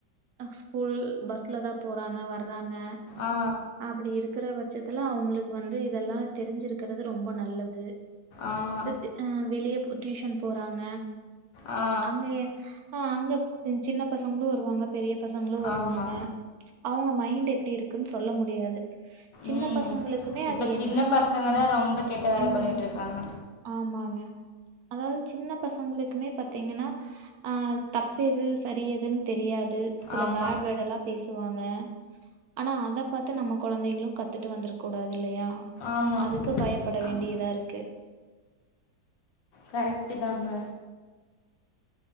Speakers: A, on the right; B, on the left.
A: ஸ்கூல் பஸ்ல தா போறாங்க வர்றாங். க
B: ஆ
A: அப்படி இருக்குற பச். ச்சத்துல அவுங்களுக்கு வந்து இதல்லா தெரிஞ்சிருக்கறது ரொம்ப நல்லது.
B: ஆமா
A: இப்பத் ஹ வெளிய போ. டியூஷன் போறாங்க.
B: ஆ
A: அங்கயே. ஆஹ அங்க சின்ன பசங்களு வருவாங்க. பெரிய. பசங்களு வருவாங்க.
B: ஆமா
A: ம்ச் அவுங்க மை. டு எப்டி இருக்குன் சொல்ல முடியாது. சின்ன
B: ம்
A: பசங்களுக்குமே
B: இப்ப
A: அது என்னன்னு
B: சின்ன பசங்க
A: உம்
B: தா ரொம்ப கெட்ட வேல
A: உஹம்
B: பண்ணிட்ருக்காங்க
A: ஆமாங். க. அதாவது சின்ன பசங்களுக்குமே பாத்தீங்கன்னா ஆஹ தப்பு எது சரி எதுனு தெரியாது. சில
B: ஆமா
A: பேட் வேர்ட் எல்லா பேசுவாங்க. ஆனா அத பாத்து நம்ம குழந்தைகளு கத்துட்டு வந்தரக்க கூடாது இல்லையா.
B: ஆமா
A: அதுக்கு பயப்பட
B: ஆமா
A: வேண்டியதா இருக்கு.
B: கரெக்ட்டு தாங்க.